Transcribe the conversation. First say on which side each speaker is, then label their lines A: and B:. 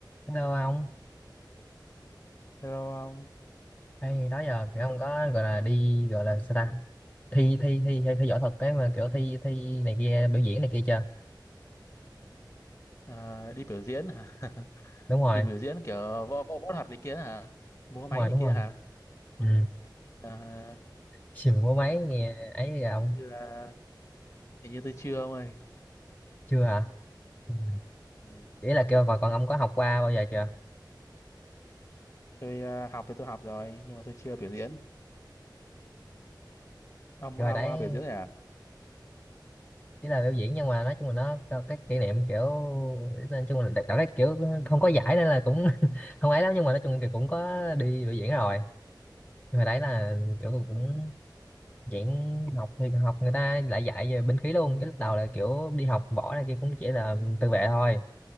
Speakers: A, on the left; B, on the left.
A: Hello ông,
B: Hello ông
A: hay đó giờ kiểu không có gọi là đi gọi là sao ta thi thi thi thi, thi võ thuật cái mà kiểu thi thi này kia biểu diễn này kia chưa?
B: à, đi biểu diễn hả? <laughs>
A: Đúng rồi,
B: Đi biểu diễn kiểu võ võ võ thuật này kia hả? Múa máy
A: đúng rồi,
B: này
A: đúng
B: kia
A: rồi.
B: hả?
A: Ừ.
B: À,
A: Xìm mua máy nghe ấy giờ ông
B: như là, hình như tôi chưa ông ơi.
A: chưa hả? Ừ.
B: Ừ.
A: Ý là kêu còn còn ông có học qua bao giờ chưa?
B: Tôi à, học thì tôi học rồi nhưng mà tôi chưa biểu diễn. Ông
A: Kêu
B: ông
A: hồi đấy
B: à, biểu diễn rồi à?
A: chỉ là biểu diễn nhưng mà nói chung là nó có cái kỷ niệm kiểu nói chung là đặt đặt cái kiểu không có giải nên là cũng <laughs> không ấy lắm nhưng mà nói chung là cũng có đi biểu diễn rồi. Nhưng hồi đấy là kiểu
B: Ừ.
A: cũng chuyện học thì học người ta lại dạy về binh khí luôn cái lúc đầu là kiểu đi học võ này kia cũng chỉ là tự vệ thôi